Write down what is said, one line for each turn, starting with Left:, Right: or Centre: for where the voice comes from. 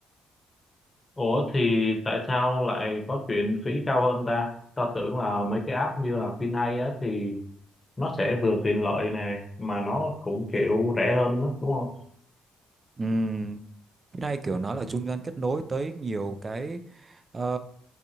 Left: Ủa thì tại sao lại có chuyện phí cao hơn ta? Tao tưởng là mấy cái app như là FinHay á thì nó sẽ vừa tiện lợi nè mà nó cũng kiểu rẻ hơn đó, đúng không?
Right: Ừm, cái này kiểu nó là trung gian kết nối tới nhiều cái ờ,